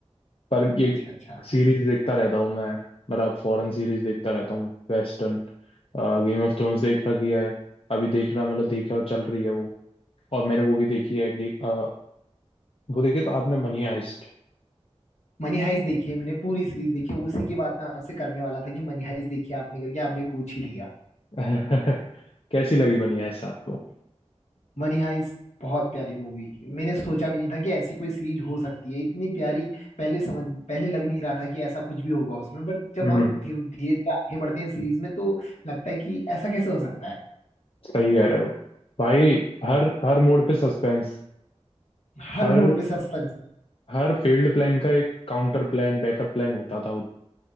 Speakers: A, on the left; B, on the left.
A: पर ये
B: अच्छा अच्छा
A: सीरीज देखता रहता हूँ मैं मतलब फॉरेन सीरीज देखता रहता हूँ वेस्टर्न गेम ऑफ थ्रोन्स देख रखी है अभी देखना मतलब देख रहा चल रही है वो और मैंने वो भी देखी है गे, अ, वो देखी तो आपने मनी हाइस्ट
B: मनी हाइस्ट देखी है मैंने पूरी सीरीज देखी है उसी की बात मैं आपसे करने वाला था कि मनी हाइस्ट देखी है आपने करके आपने पूछ ही लिया
A: <laughs> कैसी लगी मनी हाइस्ट आपको
B: मनी हाइस्ट बहुत प्यारी मूवी मैंने सोचा भी नहीं था कि ऐसी कोई सीरीज हो सकती है इतनी प्यारी पहले समझ पहले लग नहीं रहा था कि ऐसा कुछ भी होगा उसमें बट जब
A: हम्म
B: हम धीरे धीरे धीरे आगे बढ़ते हैं सीरीज में तो लगता है कि ऐसा कैसे हो सकता है
A: सही कह रहे हो भाई हर हर मोड पे सस्पेंस
B: हर
A: हर
B: मोड़ पे सस्पेंस
A: हर फील्ड प्लान का एक काउंटर प्लान बैकअप प्लान होता था